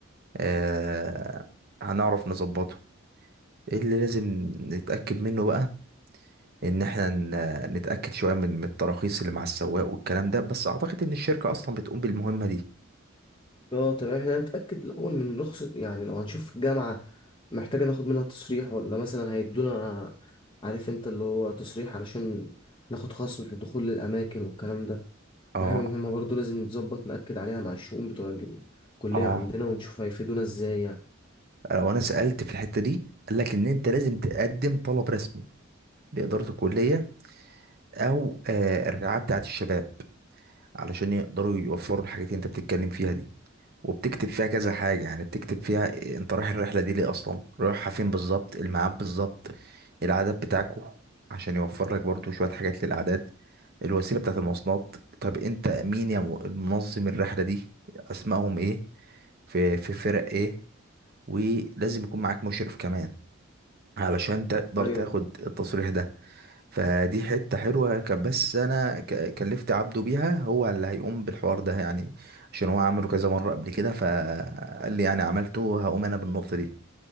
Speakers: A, on the right; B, on the left.
A: اه هنعرف نظبطه ايه اللي لازم نتأكد منه بقى إن احنا ن- نتأكد شوية من من التراخيص اللي مع السواق والكلام ده بس أعتقد إن الشركة أصلا بتقوم بالمهمة دي
B: اه تمام احنا هنتأكد الأول من رخصة يعني لو هنشوف الجامعة محتاجة ناخد منها تصريح ولا مثلا هيدونا عارف انت اللي هو تصريح علشان ناخد خصم في الدخول للأماكن والكلام ده
A: اه
B: دي حاجة مهمة برضو لازم نتظبط نأكد عليها مع الشؤون بتوع الكلية
A: اه
B: عندنا ونشوف هيفيدونا ازاي يعني
A: لو أنا سألت في الحتة دي قال لك إن أنت لازم تقدم طلب رسمي لإدارة الكلية أو آه الرعاية بتاعة الشباب علشان يقدروا يوفروا الحاجات اللي انت بتتكلم فيها دي وبتكتب فيها كذا حاجة يعني بتكتب فيها إيه انت رايح الرحلة دي ليه اصلا رايحة فين بالظبط الميعاد بالظبط العدد بتاعكو عشان يوفر لك برضو شوية حاجات للأعداد الوسيلة بتاعت المواصلات طب انت مين يا م- منظم الرحلة دي اسمائهم ايه في في فرق ايه ولازم يكون معاك مشرف كمان علشان تقدر
B: ايوه
A: تاخد التصريح ده فدي حتة حلوة كان بس أنا ك- كلفت عبده بيها هو اللي هيقوم بالحوار ده يعني عشان هو عمله كذا مرة قبل كده فقال لي يعني عملته هقوم أنا بالنقطة دي